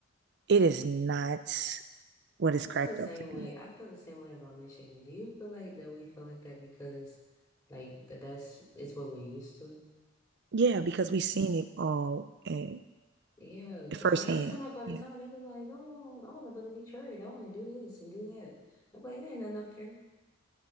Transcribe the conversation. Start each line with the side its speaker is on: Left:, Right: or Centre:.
Right: it is not what it's
Left: I feel
Right: cracked
Left: the same
Right: up to be.
Left: way. I feel the same way about Michigan. Do you feel like that we feel like that because like that that's it's what we're used to?
Right: Yeah, because we've seen it all and
Left: Yeah, because
Right: firsthand.
Left: when every time I go out
Right: Yeah.
Left: of town, they be like, "Oh, I want to go to Detroit. I want to do this and do that." I'm like, "There ain't nothing up there.